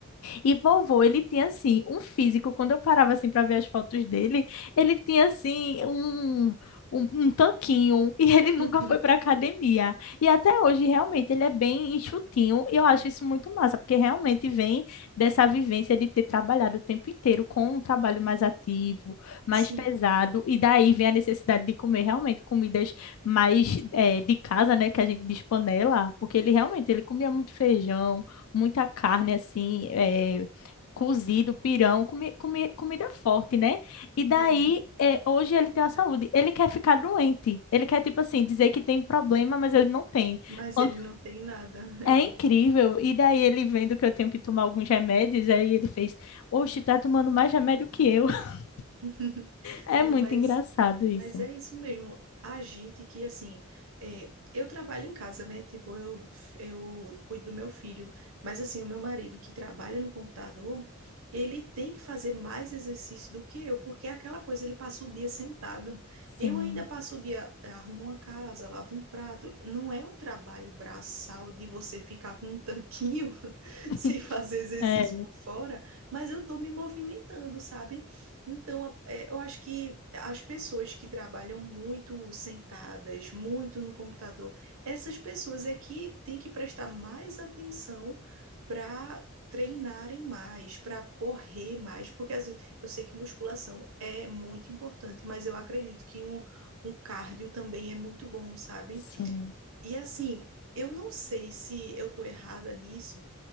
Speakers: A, on the left; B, on the right.
A: e vovô, ele tinha assim, um físico, quando eu parava assim para ver as fotos dele, ele tinha assim um Um, um tanquinho, <laughs> e ele
B: <laughs>
A: nunca foi para academia. E até hoje, realmente, ele é bem enxutinho, e eu acho isso muito massa, porque realmente vem dessa vivência de ter trabalhado o tempo inteiro com um trabalho mais ativo, mais
B: sim,
A: pesado, e daí vem a necessidade de comer realmente comidas mais eh, de casa, né, que a gente diz panela, porque ele realmente,
B: sim,
A: ele comia muito feijão, muita carne assim, é, cozido, pirão, comi- comi- comida forte, né? E daí,
B: é.
A: é, hoje ele tem a saúde. Ele quer ficar doente. Ele quer, tipo assim, dizer que tem problema, mas ele não tem.
B: Mas
A: Quando-
B: ele não tem nada.
A: É
B: É.
A: incrível. E daí ele vendo que eu tenho que tomar alguns remédios, aí ele fez, oxe, tá tomando mais remédio que eu. <laughs>
B: <laughs>
A: É
B: Não,
A: muito
B: mas,
A: engraçado
B: mas
A: isso.
B: é isso mesmo. A gente que, assim, é, eu trabalho em casa, né? Tipo, eu, eu cuido do meu filho. Mas, assim, o meu marido que trabalha no computador, ele tem que fazer mais exercício do que eu, porque é aquela coisa, ele passa o dia sentado.
A: Sim,
B: Eu ainda passo o dia, eh, arrumo uma casa, lavo um prato. Não é um trabalho braçal de você ficar com um tanquinho <laughs>
A: <laughs>
B: sem fazer exercício
A: é,
B: por fora, mas eu tô me movimentando, sabe? Então, a- é, eu acho que as pessoas que trabalham muito sentadas, muito no computador, essas pessoas é que têm que prestar mais atenção para treinarem mais, para correr mais, porque às vezes eu sei que musculação é muito importante, mas eu acredito que um, um cardio também é muito bom, sabe?
A: sim.
B: E assim, eu não sei se eu estou errada nisso.